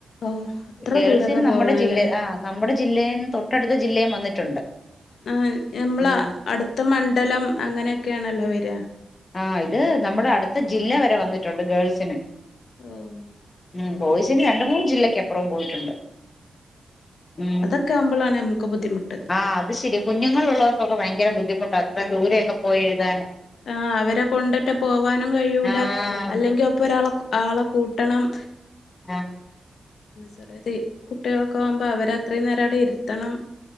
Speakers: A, on the left; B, on the left.
A: ഔ അത്ര
B: ഗേൾസ്ന്
A: ദൂരൊക്കെ
B: നമ്മട
A: പോവണല്ലേ
B: ജില്ല ആഹ് നമ്മട ജില്ലേന്ന് തൊട്ടടുത്ത ജില്ലേം വന്നിട്ടുണ്ട്
A: ആഹ് ഞമ്മള
B: ഉം
A: അട്ത്ത മണ്ഡലം അങ്ങനെക്കയാണല്ലോ വെരാ
B: ആഹ് ഇത് നമ്മട അട്ത്ത ജില്ല വെരെ വന്നിട്ടുണ്ട് ഗേൾസിന്
A: ഓഹ്
B: ഉം ബോയ്സ്ന് രണ്ട് മൂന്ന് ജില്ലക്ക് അപ്പറം പോയിട്ടുണ്ട് ഉം
A: അതൊക്ക ആവ്മ്പളാണ് ഞമ്മക്ക് ബുദ്ധിമുട്ട്
B: ആഹ് അത് ശരി കുഞ്ഞുങ്ങളുള്ളൊർക്കൊക്ക ഭയങ്കര ബുദ്ധിമുട്ട അത്രേം ദൂരെയൊക്ക പോയി എഴുതാന്
A: ആഹ് അവരെ കൊണ്ട്ട്ട് പോവാനും കഴിയൂല
B: ആഹ്
A: അല്ലെങ്കി ഒപ്പ ഒരാളെ ആള കൂട്ടണം
B: ആഹ്
A: ചെറിയത് കുട്ടികളെക്ക ആവുമ്പം അവരെ അത്രേം നേര അവ്ടെ ഇരുത്തണം